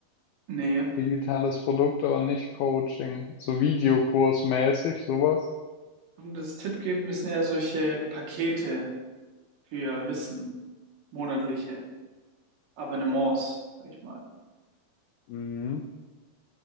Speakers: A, on the right; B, on the left.
A: Nee.
B: Digitales Produkt, aber nicht Coaching. So Videokursmäßig, sowas.
A: Um das Tipp geben müssen eher solche Pakete für Wissen, monatliche Abonnements, sag ich mal.
B: Mhm.